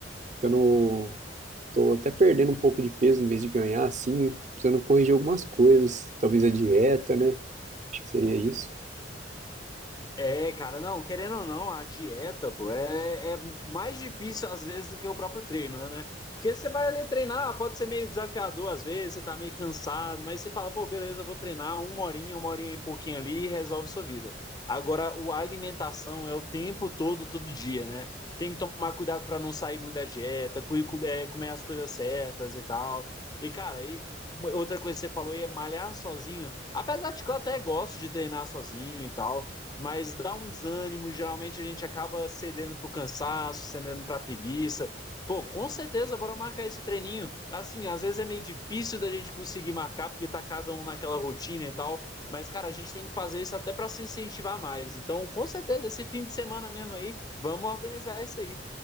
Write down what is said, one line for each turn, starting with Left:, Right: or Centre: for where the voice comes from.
Right: Ficando Tô até perdendo um pouco de peso em vez de ganhar, assim, tô precisando corrigir algumas coisas, talvez a dieta, né? Acho que seria isso.
Left: É, cara, não, querendo ou não, a dieta, pô, é, é mais difícil às vezes do que o próprio treino, né? Porque você vai ali treinar, pode ser meio desafiador às vezes, você tá meio cansado, mas você fala, pô, beleza, vou treinar uma horinha, uma horinha e pouquinho ali e resolve sua vida. Agora, o a alimentação é o tempo todo, todo dia, né? Tem que tomar cuidado para não sair muito da dieta, cu- cu- é, comer as coisas certas e tal. E, cara, e outra coisa que você falou aí é malhar sozinho. Apesar de que eu até gosto de treinar sozinho e tal mas dá um desânimo. Geralmente a gente acaba cedendo para o cansaço, cedendo para a preguiça. Pô, com certeza, bora marcar esse treininho. Assim, às vezes é meio difícil da gente conseguir marcar, porque tá cada um naquela rotina e tal. Mas, cara, a gente tem que fazer isso até para se incentivar mais. Então, com certeza, esse fim de semana mesmo aí, vamos organizar isso aí.